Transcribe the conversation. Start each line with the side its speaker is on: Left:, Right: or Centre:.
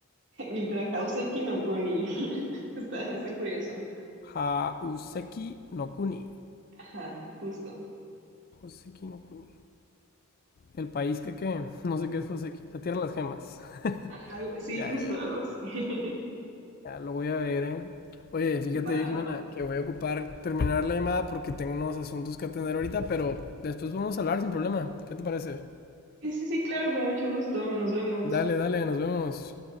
Right: <laughs> Literal, Houseki no Kuni. <laughs> Está, está curioso.
Left: Hauseki no Kuni.
Right: Ajá, justo.
Left: Hauseki no Kuni. ¿El país que qué? No sé qué es Hauseki. La tierra de las gemas. <laughs>
Right: Ajá, algo- sí,
Left: Ya,
Right: justo,
Left: ya, ya.
Right: algo así. <laughs>
Left: Ya, lo voy a ver, ¿eh? Oye, fíjate,
Right: Va,
Left: Jimena,
Right: va. va.
Left: que voy a ocupar terminar la llamada porque tengo unos asuntos que atender ahorita, pero después vamos a hablar sin problema. ¿Qué te parece?
Right: Sí, sí, sí, claro, con mucho gusto. Nos vemos.
Left: Dale, dale, nos vemos.